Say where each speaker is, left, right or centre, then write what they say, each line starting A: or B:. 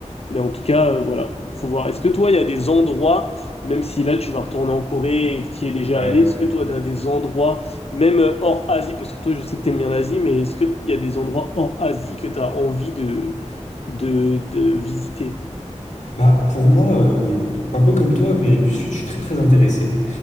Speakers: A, on the left; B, on the left.
A: Mais en tout cas, euh, voilà, faut voir. Est-ce que toi, il y a des endroits, même si là tu vas retourner en Corée et que tu y es déjà
B: Ouais.
A: allé, est-ce que toi, tu as des endroits, même euh, hors Asie, parce que toi, je sais que tu aimes bien l'Asie, mais est-ce qu'il y a des endroits hors Asie que tu as envie de, de, de visiter?
B: Bah, pour moi, euh, un peu comme toi, Amérique du Sud, je suis très très intéressé.